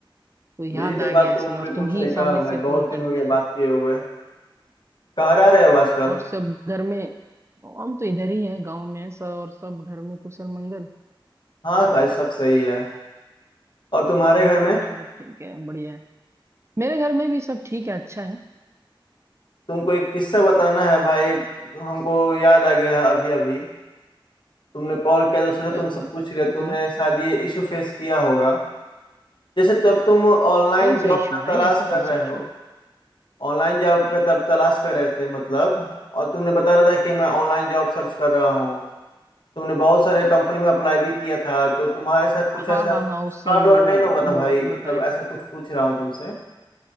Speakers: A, on the right (about 30°); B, on the left (about 60°).
A: तो याद
B: मुझे ये तो
A: आ गया
B: बात
A: ऐसे
B: तुमने
A: और
B: बिल्कुल
A: तुम ही
B: सही
A: सामने
B: कहा भाई
A: से फोन
B: बहुत
A: कर
B: दिन हो
A: लिया
B: गए बात किए हुए कहाँ रह रहे हो आजकल
A: और सब घर में हम तो इधर ही हैं गांव में हैं सब और सब घर में कुशल मंगल
B: हाँ भाई सब सही है और तुम्हारे घर में
A: चलो चलो ठीक है बढ़िया है मेरे घर में भी सब ठीक है अच्छा है
B: तुमको एक किस्सा बताना है भाई हमको याद आ गया है अभी अभी तुमने कॉल किया तो सोचा
A: क्या
B: तुमसे
A: हुआ
B: पूछ रहे तुमने
A: बोलो
B: शायद ये इशू फेस किया होगा जैसे तब तुम ऑनलाइन
A: कौन
B: जॉब
A: सा इशू
B: का
A: भाई
B: तलाश
A: ऐसा
B: कर
A: कौन
B: रहे
A: सा इशू
B: हो
A: है
B: ऑनलाइन जॉब का तब तलाश कर रहे थे मतलब और तुमने बता रहा था कि मैं ऑनलाइन जॉब सर्च कर रहा हूँ तुमने बहुत सारे कंपनी में अप्लाई भी किया था तो तुम्हारे साथ कुछ
A: हाँ
B: ऐसा
A: हाँ
B: फ्रॉड
A: हाँ उस समय
B: वर्ड
A: वो
B: नहीं ना हुआ था भाई
A: वो बताया
B: मतलब ऐसा
A: था
B: कुछ पूछ रहा हूँ तुमसे